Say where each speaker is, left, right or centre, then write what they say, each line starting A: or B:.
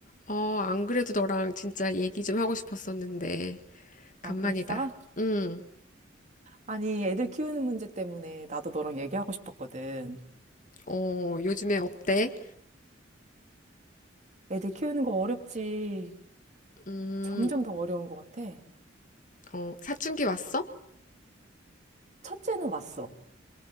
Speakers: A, on the left; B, on the right.
A: 어, 안 그래도 너랑 진짜 얘기 좀 하고 싶었었는데, 간만이다.
B: 아, 그랬어?
A: 응,
B: 아니, 애들 키우는 문제 때문에 나도 너랑 얘기하고 싶었거든.
A: 어, 요즘에 어때?
B: 애들 키우는 거 어렵지.
A: 음,
B: 점점 더 어려운 것 같아.
A: 어, 사춘기 왔어?
B: 첫째는 왔어.